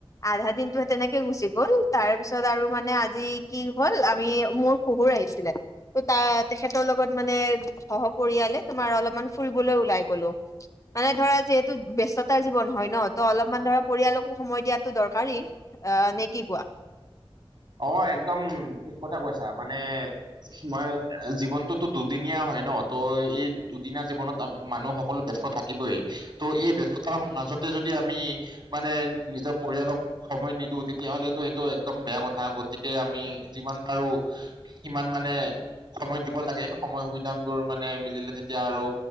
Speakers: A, on the left; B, on the right.
A: আধা দিনটোহে তেনেকে গুচি গ'ল তাৰ পিছত আৰু মানে আজি কি হ'ল আমি মোৰ। শহুৰ আহিছিলে। ত' তা তেখেতৰ লগত মানে সহপৰিয়ালে তোমাৰ অলপমান ফুৰিবলৈ ওলাই গলো। মানে ধৰা যিহেতু ব্যস্ততাৰ জীৱন হয় ন ত অলপমান ধৰা পৰিয়ালকো। সময় দিয়াতো দৰকাৰী অ নে কি কোৱা।
B: অ একদম ঠিক কথা কৈছা মানে, মই জীৱনটোতো দুদিনীয়া হয় ন ত এই দুদিনীয়া জীৱনত মানুহ সকলো ব্যস্ত থাকে। থাকিবই ত' এই ব্যস্ততাৰ মাজতে যদি আমি। মানে নিজৰ পৰিয়ালক সময় নিদিওঁ তেতিয়াহলেতো এইটো একদম বেয়া কথা। কথা গতিকে আমি যিমান পাৰো। সিমান মানে সময় দিব লাগে সময় সুবিধা বোৰ মানে মিলিলে তেতিয়া আৰু